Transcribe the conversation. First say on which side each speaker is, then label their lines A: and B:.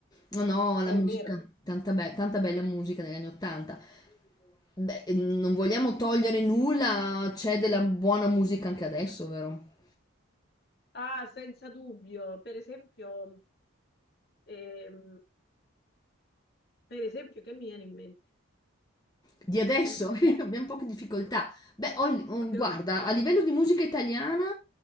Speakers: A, on the left; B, on the left.
A: No, no,
B: È
A: la musica,
B: vero.
A: tanta, be- tanta bella musica negli anni 80. Beh, non vogliamo togliere nulla, c'è della buona musica anche adesso, vero?
B: Ah, senza dubbio. Per esempio, ehm, per esempio, che mi viene in mente?
A: Di adesso
B: Non,
A: <laughs> abbiamo poche difficoltà.
B: non mi-
A: Beh, Olli- oh,
B: abbiamo
A: guarda,
B: detto
A: a livello di musica italiana,